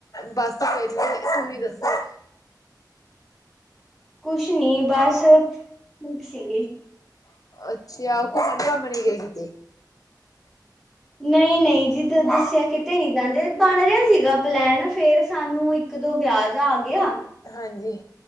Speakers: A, on the left (about 50°); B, in the centre.
A: ਬਸ ਵੇਲੇ, ਤੂੰਹੀ ਦੱਸੋ।
B: ਕੁਛ ਨੀ ਬਸ, <unintelligible> ਸੀਗੇ।
A: ਅੱਛਾ, ਕੁੱਮਣ-ਕਾੱਮਣ ਨੀ ਗੇ, ਕਿਤੇ।
B: ਨਈ-ਨਈ, ਜੀਦਾਂ ਦੱਸੇਆ, ਕਿਤੇ ਨੀ ਜਾਂਦੇ। ਬਣ ਰਿਆ ਸੀਗਾ ਪਲੈਨ, ਫੇਰ ਸਾਨੂੰ ਇੱਕ-ਦੋ ਵੇਆ ਜਾ ਆ ਗੇਆ।
A: ਹਾਂਜੀ।